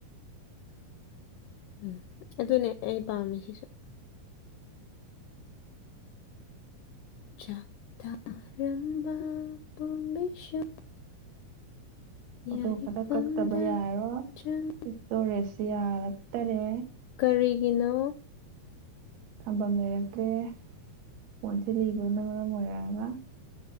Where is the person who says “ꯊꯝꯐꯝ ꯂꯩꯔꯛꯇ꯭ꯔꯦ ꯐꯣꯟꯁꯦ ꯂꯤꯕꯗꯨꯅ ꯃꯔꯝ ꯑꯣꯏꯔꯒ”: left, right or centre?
Right